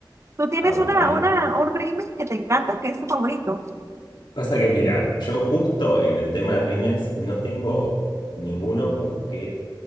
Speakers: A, on the right; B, on the left.
A: ¿Tú tienes
B: Amo,
A: una,
B: amo.
A: una, un rímel que te encanta, que es tu favorito?
B: Pasa que mira, yo justo en el tema de rímels no tengo ninguno porque